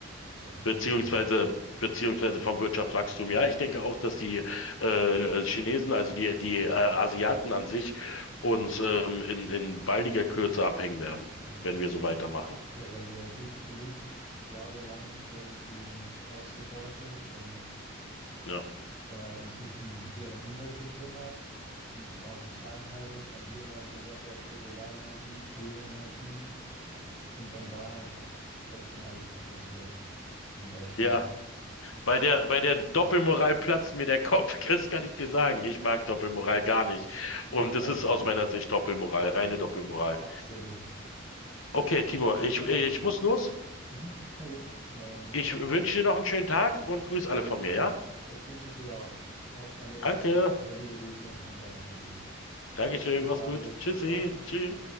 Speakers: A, on the left (about 45°); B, on the left (about 75°).
A: so wie
B: beziehungsweise
A: Indien.
B: beziehungsweise vom Wirtschaftswachstum. Ja, ich denke auch, dass die äh, Chinesen, also die die äh, Asiaten an sich, uns ähm, in in baldiger Kürze abhängen werden,
A: Mhm.
B: wenn wir so weitermachen.
A: Ja, wir haben die ja gut genug jahrelang irgendwie ausgebeutet und
B: Ja,
A: äh, uns nicht um deren Umwelt gekümmert. Und es waren so scheinheilig, haben hier immer gesagt, okay, Solarenergie, grüne Energie und dann da einfach trotzdem alles produziert für den deutschen
B: ja.
A: Markt.
B: Bei der bei der Doppelmoral platzt mir der Kopf. <laughs> Das kann ich dir sagen. Ich mag Doppelmoral gar nicht. Und
A: Ja,
B: es ist
A: ich auch
B: aus
A: nicht.
B: meiner Sicht Doppelmoral, reine Doppelmoral.
A: Absolut.
B: Okay, Timo, ich
A: Naja.
B: ich muss los.
A: Mhm. Na gut, ähm,
B: Ich
A: dann
B: wünsche dir noch einen schönen Tag und grüß alle von mir, ja?
A: das wünsche ich dir auch. Auch alle
B: Danke.
A: äh, liebe Grüße an deine Familie.
B: Dankeschön,
A: Bis die Tage.
B: mach's gut. Tschüssi.
A: Ciao.
B: Tschüss.